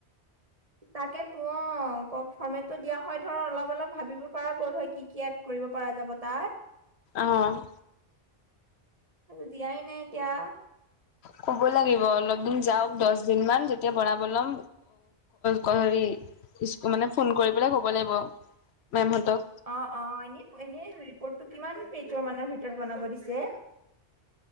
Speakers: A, on the right (about 35°); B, on the left (about 75°).
A: তাকে <unintelligible> ফৰ্মেটটো দিয়া হয় ধৰ অলপ অলপ ভাবিব পৰা গ'ল হয় কি কি এড কৰিব পৰা যাব তাত।
B: আহ।
A: দিয়াই নাই এতিয়া।
B: ক'ব লাগিব, অলপ দিন যাওক দহ দিন মান যেতিয়া বনাব ল'ম ক হেৰি ইছ মানে ফোন কৰি পেলাই ক'ব লাগিব। মেমহঁতক
A: অ অ এনে এনেই ধৰি কিমান পেজৰ মানৰ ভিতৰত বনাব দিছে?